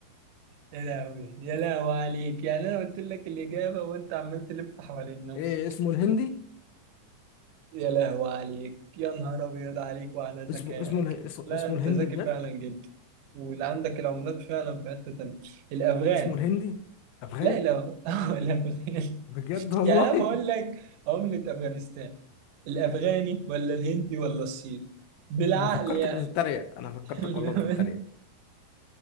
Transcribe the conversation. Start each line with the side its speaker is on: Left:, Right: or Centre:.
Right: يا لهوي يا لهوي عليك يعني أنا قلت لك الإجابة وأنت عمال تلف حوالين نفسك
Left: ايه اسمه الهندي
Right: يا لهوي عليك يا نهار أبيض عليك وعلى ذكائك
Left: اسمه اسمه اله- اس-
Right: لا
Left: اسمه
Right: أنت
Left: الهندي
Right: ذكي
Left: بجد
Right: فعلا جدا واللي عندك العملات فعلا في حتة تانية الأفغاني
Left: اسمه الهندي افغاني
Right: لا الأف... <laughs> الأفغاني
Left: بجد والله
Right: يا عم بقول لك عملة أفغانستان الأفغاني ولا الهندي ولا الصيني
Left: <laughs>
Right: بالعقل
Left: انا فكرتك
Right: يعني
Left: بتتريق انا فكرتك
Right: <laughs>
Left: والله بتتريق